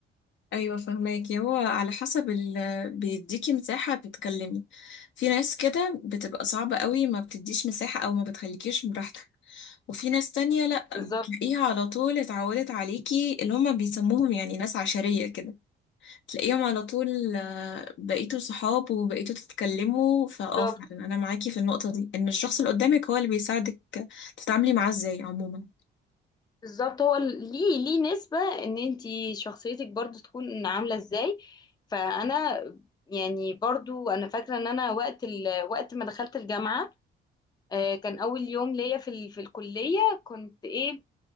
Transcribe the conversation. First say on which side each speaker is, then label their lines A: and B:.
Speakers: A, on the left; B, on the left.
A: ايوه فهماكي هو على حسب ال بيديكي مساحه تتكلمي في ناس كده بتبقى صعبه قوي ما بتديش مساحه او ما بتخليكيش براحتك وفي ناس تانية لا
B: بالظبط
A: بتلاقيها على طول اتعودت عليكي اللي هم بيسموهم يعني ناس عشريه كده تلاقيهم على طول آه، بقيتوا صحاب وبقيتوا تتكلموا فاه
B: بالظبط
A: فعلا انا معاكي في النقطه دي ان الشخص اللي قدامك هو اللي بيساعدك تتعاملي معاه ازاي عموما
B: بالظبط هو ال- ليه ليه نسبة ان انتي شخصيتك برضو تكون عاملة ازاي فانا يعني برضو انا فاكرة ان انا وقت ال... وقت ما دخلت الجامعة آه، كان اول يوم ليا في ال... في الكلية كنت ايه